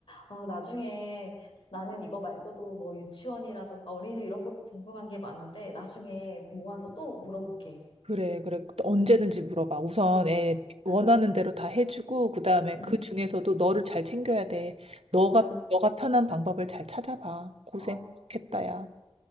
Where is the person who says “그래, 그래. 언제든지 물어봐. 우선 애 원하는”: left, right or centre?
Right